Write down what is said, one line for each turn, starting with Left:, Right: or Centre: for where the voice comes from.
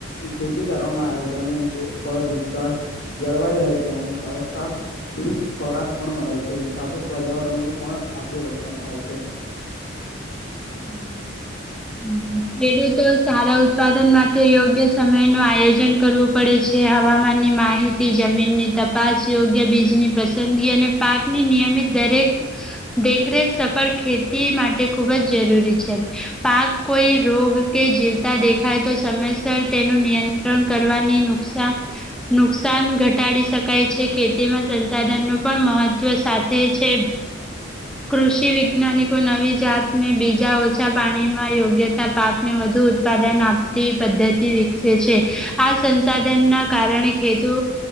Left: ખેતી કરવામાં આવે જમીન ફળદ્રુપતા જળવાઈ રહે છે અને સંવસ્થા <unintelligible> ખોરાક પણ મળે છે સાથે પર્યાવરણનું પણ આપણું રક્ષણ થાય છે.
Centre: <inaudible> હમ્મ ખેડૂતો સારા ઉત્પાદન માટે યોગ્ય સમયનું આયોજન કરવું પડે છે. હવામાનની માહિતી જમીનની તપાસ યોગ્ય બીજની પસંદગી અને પાકની નિયમિત દરેક દેખરેખ સફળ ખેતી માટે ખુબ જ જરૂરી છે. પાક કોઈ રોગ કે જીવતા દેખાય તો સમયસર તેનું નિયંત્રણ કરવાની નુકસાન નુકસાન ઘટાડી શકાય છે. ખેતીમાં સંસાધનનું પણ મહત્વ સાથે છે. કૃષિવૈજ્ઞાનિકો નવી જાતને બીજા ઓછા પાણી માં યોગ્યતા પાકને વધુ ઉત્પાદન આપતી પદ્ધતિ વિકસે છે. આ સંસાધનના કારણે ખેતુ